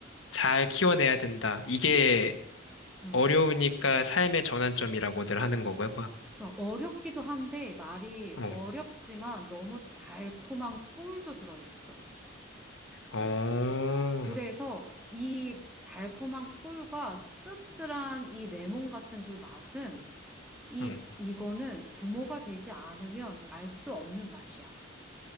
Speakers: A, on the left; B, in the centre.
A: 잘 키워내야 된다. 이게
B: 음.
A: 어려우니까 삶의 전환점이라고들 하는 거고요.
B: 그러니까 어렵기도 한데 말이
A: 어,
B: 어렵지만 너무 달콤한 꿀도 들어있어.
A: 어,
B: 그래서 이 달콤한 꿀과 씁쓸한 이 레몬 같은 그 맛은 이
A: 응,
B: 이거는 부모가 되지 않으면 알 수 없는 맛이야.